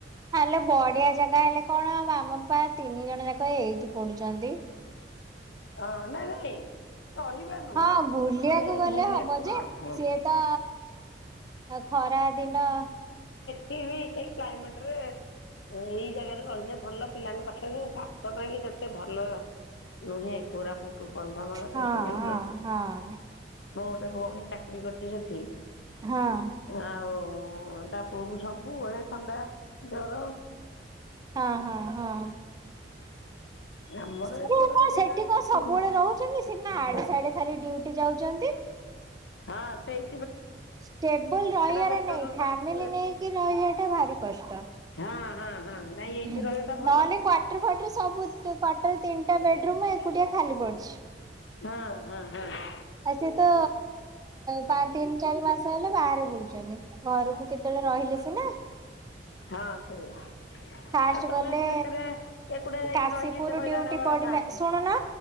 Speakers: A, on the right; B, on the left.
A: ହଲ ବଢିଆ ଜାଗା ହେଲେ କଣ ହବ ଆମ ତିନି ଜଣ ଯାକ ଏଇଠି ପଡୁଛନ୍ତି।
B: ହଁ ନାଇଁ ନାଇଁ ରହିବା ନୁହଁ
A: ହଁ ବୁଲିବାକୁ
B: ଏଇ
A: ଗଲେ
B: ବୁଲିବାକୁ
A: ହବ ଯେ
B: ହଁ ହଁ
A: ସିଏ ତ ଖରା ଦିନ
B: ଟି ବି ସେଇ କ୍ଲାଇମେଟ୍ ରେ ଏଇ ଜାଗାରେ ରହିଲେ ଭଲ ପିଲାଙ୍କ ପାଖରେ ତା ପାଇଁ କି ସେତେ ଭଲ ନୁହେଁ। କୋରାପୁଟୁ, କନ୍ଧମାଳ
A: ହଁ
B: ସେ ସବୁ
A: ହଁ ହଁ
B: ଏବେ ଭଉଣୀ ଚାକିରି କରୁଛି ସେଠି
A: ହଁ
B: ଆଉ ଓଁ ତାପୁର୍ବରୁ ସବୁ ସବୁବେଳେ ଥଣ୍ଡା, ଜର <inaudible>
A: ହଁ ହଁ ହଁ।
B: ଆମର
A: ସେ
B: ଏପଟ
A: କଣ
B: ଏରିଆ
A: ସେଠି
B: ଟା
A: କଣ ସବୁବେଳେ
B: ଭଲ
A: ରହୁଛନ୍ତି? ସେଵା ଆଡେ ସିଆଡେ ଖାଲି ଡିଉଟି ଯାଉଛନ୍ତି।
B: ହଁ ସେଇ
A: ଷ୍ଟେବୁଲ ରହିବାର
B: ବେଟର
A: ନାଇ ଫ୍ୟାମିଲି ନେଇକି ରହିବା ଟା ଭାରି କଷ୍ଟ।
B: ହଁ ହଁ। ହଁ ନାଇଁ ଏଇଠି
A: ନହେଲେ
B: ରହିବାଟା ଭଲ
A: କ୍ୱାଟର ଫାଟର ସବୁ କ୍ୱାଟର ତିନ ଟା ବେଡରୁୁମ୍ ଏକୁଟିଆ ଖାଲି ପଡିଛି।
B: ହଁ ହଁ ହଁ।
A: ଆ ସେତ ପାଞ୍ଚ, ତିନ, ଚାରି ମାସ ହେଲେ ବାହାରେ ବୁଲୁଛନ୍ତି। ଘରକୁ କେତେବେଳେ ରହିଲେ ସିନା।
B: ହଁ ସେଇଆ।
A: ଫାଷ୍ଟ
B: ଆଉ ତମେ
A: ଗଲେ
B: ହେଇଠି ବେକାରେ ଏକୁଟିଆ ଯାଇକି
A: କାଶୀପୁର
B: ରହିକି ଏତେ ହଇରାଣ
A: ଡିଉଟି
B: ହେବା
A: ପଡିଲା
B: କଥା।
A: ଶୁଣୁନ